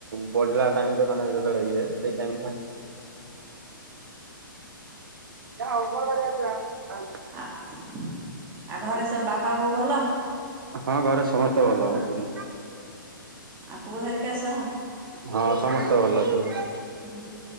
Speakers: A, on the right; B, on the right.
A: ବଢ଼ିଲା ଟାଇମରେ ମାନେ ଯେତେବେଳେ ଇଏ ସେଇ ଟାଇମ ଟା ଯ ହଉ ବଆଛ ଆଉ
B: ଆ ଆଉ ଘରେ ସବୁ ବାପା ବୋଉ ଭଲ।
A: ହଁ ଘରେ ସମସ୍ତେ ଭଲ ହେଛନ୍
B: ଆଉ ପୁଅ ହାରିକା ସହ
A: ହଁ ସମସ୍ତେ ଭଲ ଅଛନ୍ତି।
B: ହୁଁ।